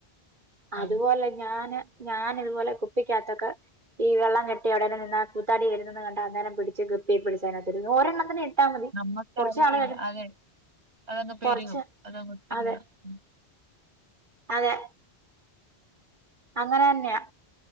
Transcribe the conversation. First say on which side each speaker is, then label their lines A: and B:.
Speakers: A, on the right; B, on the right.
A: അതുപോലെ
B: അതെ
A: ഞാന് ഞാൻ ഇതുപോലെ കുപ്പിക്കകത്തൊക്കെ ഈ വെള്ളം കെട്ടി എവിടേലും നിന്നാ കൂത്താടി വരുന്നെന്ന് കണ്ടാ അന്നേരം പിടിച്ച് ഗപ്പിയെ പിടിച്ചതിനകത്ത് ഇടും ഒരെണ്ണത്തിനെ ഇട്ടാ മതി
B: നമ്മക്ക്
A: കുറച്ച്
B: അറിയില്ല
A: നാള് കഴി
B: അതെ അതെ പെരുകും
A: കുറച്ച്
B: അത് അങ്ങോത്തിരിയാ
A: അതെ
B: ഉം
A: അതെ അങ്ങനെന്നെയാ